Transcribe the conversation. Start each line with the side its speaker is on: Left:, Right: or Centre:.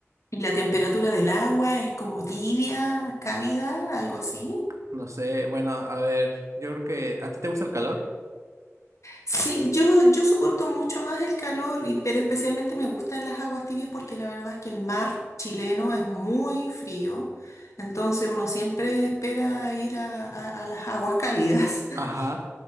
Left: ¿Y la temperatura del agua es como tibia, cálida, algo así?
Right: No sé, bueno, a ver, yo creo que a ti te gusta el calor.
Left: Sí, yo, yo soporto mucho más el calor, y- pero especialmente me gustan las aguas tibias porque la verdad es que el mar chileno es muy frío, entonces uno siempre espera ir a, a- a las aguas cálidas. <laughs>
Right: Ajá.